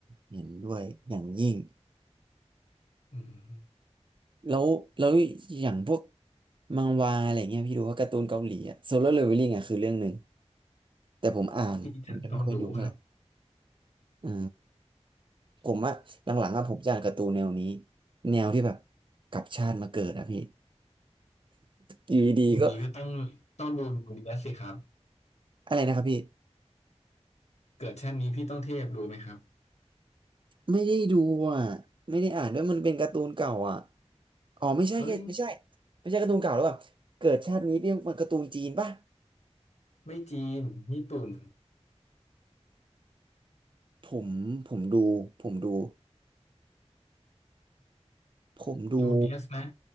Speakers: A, on the right (about 45°); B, on the left (about 80°).
A: เห็นด้วยอย่างยิ่ง
B: อืม
A: แล้วแล้วอย่างพวกมังวาอะไรเงี้ยพี่ดูว่าการ์ตูนเกาหลีอะโซโล่เลเวลลิ่งอะคือเรื่องหนึ่งแต่ผมอ่านผมจะไม่ค่อยดูเท่าไหร่
B: ที่จะต้องดูครับ
A: อ่า ผมว่าหลังๆอะผมจะอ่านการ์ตูนแนวนี้แนวที่แบบกลับชาติมาเกิดอะพี่อยู่ดีๆก็
B: อย่างนี้ก็ต้องต้องดูดูดีแลสิครับ
A: อะไรนะครับพี่
B: เกิดชาตินี้พี่ต้องเทพดูไหมครับ
A: ไม่ได้ดูอะไม่ได้อ่านด้วยมันเป็นการ์ตูนเก่าอะอ๋อไม่ใช่แค่ไม่ใช่
B: เอ้ย
A: ไม่ใช่การ์ตูนเก่าหรือเปล่าเกิดชาตินี้เป็นการ์ตูนจีนป่ะ
B: ไม่จีนญี่ปุ่น
A: ผมผมดูผมดูผมดู
B: ลูเดียสนะ